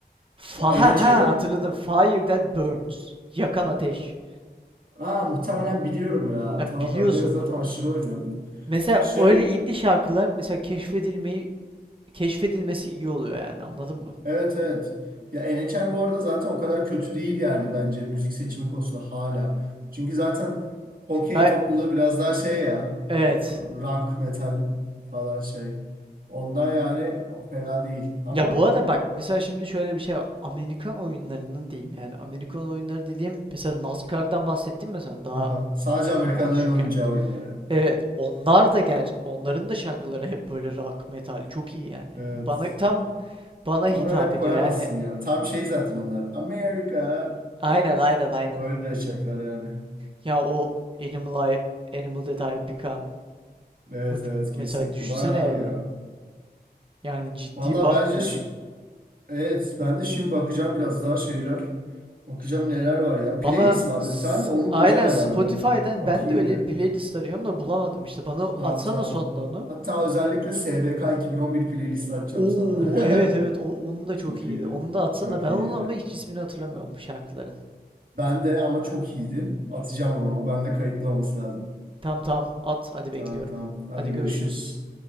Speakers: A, on the right; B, on the right.
A: Fa
B: Ya NHL'in
A: ha, ha hatırladım. Fire that burns. Yakan ateş.
B: ha muhtemelen biliyorum ya.
A: Yani
B: Tamam
A: biliyorsun.
B: ben bir ara zaten aşırı oynuyordum.
A: Mesela
B: Şey
A: öyle indie şarkılar mesela keşfedilmeyi keşfedilmesi iyi oluyor yani anladın mı?
B: Evet evet. Ya NHR bu arada zaten o kadar kötü değil yani bence müzik seçimi konusunda hala. Çünkü zaten hokey
A: Ben
B: topluluğu biraz daha şey ya
A: evet.
B: e, rock metal falan şey. Ondan yani o fena değil ama
A: Ya bu arada bak mesela şimdi şöyle bir şey var. Amerikan oyunlarının diyeyim yani Amerikan oyunları dediğim mesela NASCAR'dan bahsettim mesela daha
B: aha, sadece
A: ilk
B: Amerikanların
A: konuşurken.
B: oyuncağı oyunları.
A: Evet onlar da ger onların da şarkıları hep böyle rock metal çok iyi yani.
B: Evet.
A: Bana tam bana
B: Ona
A: hitap
B: rap
A: ediyor
B: koyamazsın
A: yani
B: ya. Tam şey zaten onlar. Amerika.
A: aynen aynen aynen.
B: Öyle şarkılar yani.
A: Ya o Animal I Animal That I've Become
B: Evet
A: Uç-
B: evet kesinlikle.
A: mesela düşünsene
B: Bayağı
A: yani.
B: iyi ya.
A: Yani ciddi
B: Valla
A: ba
B: bence
A: iyi.
B: şu, Evet, ben de şimdi bakacağım biraz daha şeyler. Bakacağım neler var ya.
A: Bana
B: Playlist vardı
A: s-
B: bir tane de onu
A: aynen
B: bulacağım herhalde.
A: Spotify'dan
B: Bakayım
A: ben de öyle
B: bir.
A: bir playlist arıyorum da bulamadım işte. Bana atsana
B: Tamam tamam.
A: sonuna onu.
B: Hatta özellikle SBK 2011 playlist açacağım
A: Oo
B: sana. <laughs>
A: evet evet o- onu da
B: Çok
A: çok iyiydi.
B: iyiydi.
A: Onu da atsana.
B: Çok
A: Ben
B: iyiydi.
A: onun ama hiç ismini hatırlamıyorum bu şarkıların.
B: Ben de ama çok iyiydi. Atacağım onu. O bende kayıtlı olması lazım.
A: Tamam tamam at hadi
B: Tamam
A: bekliyorum.
B: tamam. Hadi
A: Hadi
B: görüşürüz.
A: görüşürüz.